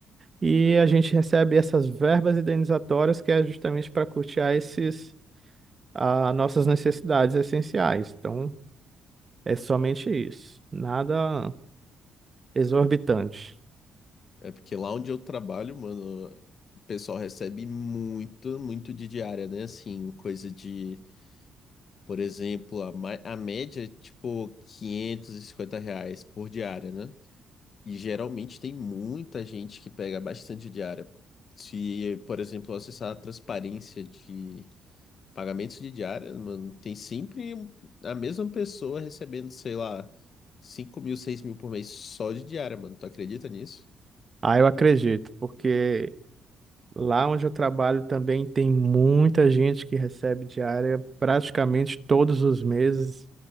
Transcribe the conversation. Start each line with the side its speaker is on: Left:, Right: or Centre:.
Right: E a gente recebe essas verbas indenizatórias que é justamente para custear esses a nossas necessidades essenciais. Então, é somente isso, nada exorbitante.
Left: É porque lá onde eu trabalho, mano, o pessoal recebe muito, muito de diária, né? Assim, coisa de, por exemplo, a, ma- a média é tipo 550 reais por diária, né? E geralmente tem muita gente que pega bastante diária. Se, por exemplo, eu acessar a transparência de pagamentos de diária, mano, tem sempre a mesma pessoa recebendo, sei lá, cinco mil, seis mil por mês só de diária, mano. Tu acredita nisso?
Right: Ah, eu acredito, porque lá onde eu trabalho também tem muita gente que recebe diária praticamente todos os meses